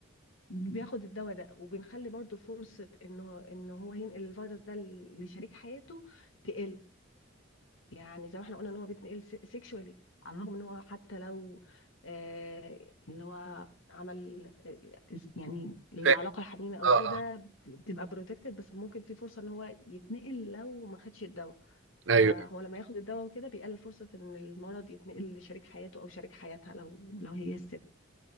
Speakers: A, on the left (about 85°); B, on the right (about 70°).
A: بياخد الدواء ده وبنخلي برضو فرصة انه ان هو ينقل الفيروس ده ل- لشريك حياته تقل يعني زي ما احنا قلنا ان هو بيتنقل سيكشوالي على الرغم ان هو حتى لو آه اللي هو عمل آه، يعني العلاقة
B: فاهم
A: الحميمة او
B: اه
A: كده
B: اه
A: بتبقى بروتكتد بس ممكن في فرصة ان هو يتنقل لو ما خدش الدواء
B: ايوه
A: فهو لما ياخد الدواء وكده بيقلل فرصة ان المرض يتنقل لشريك حياته او شريك حياتها لو لو هي الست